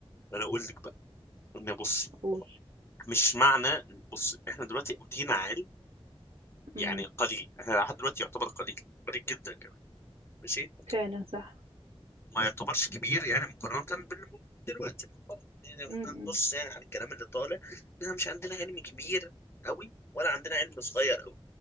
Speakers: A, on the left (about 25°); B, on the right (about 80°).
A: ما انا اقول لك بقى ان بص
B: قول
A: مش معنى بص احنا دلوقتي اوتينا علم
B: امم
A: يعني قليل احنا لحد دلوقتي يعتبر قليل قليل جدا كمان ماشي
B: فعلا صح
A: ما يعتبرش كبير يعني مقارنه باللي موجود دلوقتي مقارنة يعني لو
B: امم
A: احنا هنبص يعني على الكلام اللي طالع احنا مش عندنا علم كبير قوي ولا عندنا علم صغير قوي